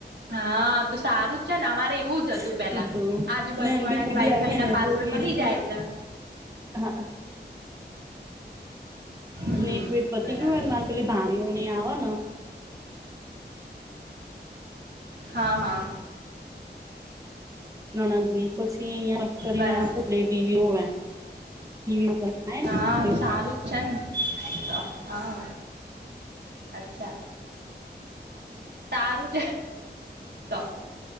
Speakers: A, on the right; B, on the right.
A: હા તો સારું જ છે ને અમારે એવું જ હતું
B: જાય
A: પેલા.
B: તો
A: આજુબાજુ
B: ને એમ
A: વાળાની
B: બી કોઈ
A: વાઈફાઈ
B: બી આવ્યું
A: ના
B: હોય
A: પાસવર્ડ
B: ને
A: મળી
B: તો
A: જાય એટલે.
B: હા
A: હમ
B: નેટ વેટ પતી
A: બરાબર
B: ગયું હોયને મારે પેલી ભાણીઓ ને આવે ને
A: હા હા.
B: નણદ ની પછી અહિયાં એક કરીને
A: બરાબર
B: આપે ટલે ટીવી હોવે. ટીવી ને
A: હા
B: <inaudible>
A: સારું જ છે ને તો હા, અચ્છા તારું તો.